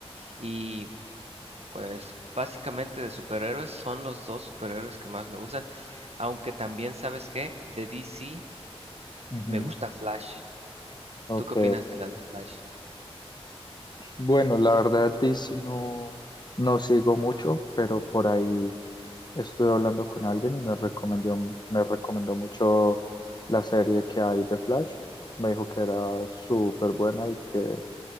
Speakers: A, on the right (about 80°); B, on the left (about 45°).
A: Y Pues básicamente de superhéroes son los dos superhéroes que más me gustan, aunque también sabes que de DC
B: Ujú.
A: me gusta Flash.
B: Ok.
A: ¿Tú qué opinas de las de Flash?
B: Bueno, la verdad, DC no, no sigo mucho, pero por ahí estuve hablando con alguien y me recomendó, me recomendó mucho la serie que hay de Flash. Me dijo que era súper buena y que